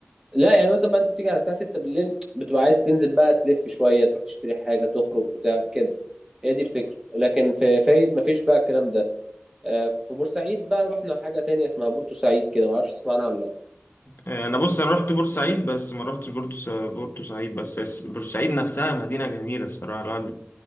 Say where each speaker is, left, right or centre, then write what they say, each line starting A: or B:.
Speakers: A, on the right; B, on the left.
A: لا يعني مثلا بقى انت بتيجي على الساعة 6 بالليل بتبقى عايز تنزل بقى تلف شوية تروح تشتري حاجة تخرج بتاع كده هي دي الفكرة لكن في فايد مفيش بقى الكلام ده آه، في بورسعيد بقى رحنا حاجة تانية اسمها بورتو سعيد كده معرفش تسمعنا ولا
B: آه، انا بص انا رحت بورسعيد بس ما رحتش بورتو بورتو سعيد بس بس بورسعيد نفسها مدينه جميله الصراحه لا،